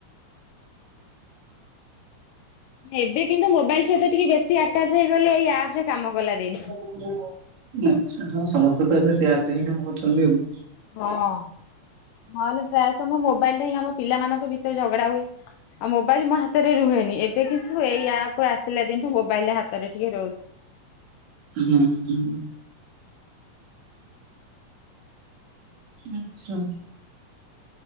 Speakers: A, on the left; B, on the right.
A: ଏବେ କିନ୍ତୁ ମୋବାଇଲ୍ ସହିତ ଟିକେ ବେଶୀ ଆଟାଚ୍ ହେଇଗଲି ଏଇ ଆପ ରେ କାମ କଲା ଦିନ।
B: ହଁ <inaudible> ଆଚ୍ଛା ହଁ ସମସ୍ତେ ତ ଏବେ ସେ ଆପରେ ହିଁ କାମ କରୁଛନ୍ତି ଆଉ।
A: ହଁ ନହେଲେ ପ୍ରାୟ ସମୟ ମୋବାଇଲ ରେ ହିଁ ଆମ ପିଲାମାନଙ୍କ ଭିତରେ ଝଗଡା ହୁଏ। ଆଉ ମୋବାଇଲ ମୋ ହାତରେ ରୁହେନି ଏବେ କିନ୍ତୁ ଏଇଆପ ଆସିଲା ଦିନଠୁ ମୋବାଇଲ ହାତରେ ଟିକେ ରହୁଛି।
B: ହୁଁ ହୁଁ। ଆଚ୍ଛା।